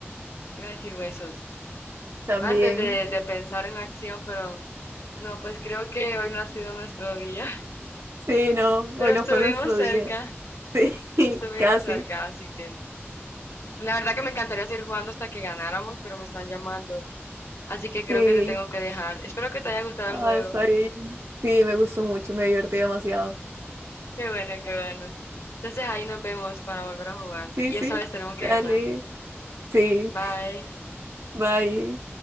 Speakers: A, on the left; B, on the right.
A: Iba a decir huesos.
B: también.
A: Antes de, de pensar en acción, pero no, pues creo que hoy no ha sido nuestro día. <laughs>
B: Sí, no,
A: Pero
B: hoy no
A: estuvimos
B: fue nuestro
A: cerca,
B: día. <laughs> Sí,
A: estuvimos
B: casi.
A: cerca, así que la verdad que me encantaría seguir jugando hasta que ganáramos, pero me están llamando. Así que
B: Sí,
A: creo que te tengo que dejar. Espero que te haya gustado
B: ah,
A: el juego.
B: está bien. Sí, me gustó mucho, me divertí demasiado.
A: Qué bueno, qué bueno. Entonces ahí nos vemos para volver a jugar.
B: Sí,
A: Y
B: sí,
A: esa vez tenemos que
B: dale.
A: ganar.
B: Sí,
A: Bye.
B: bye.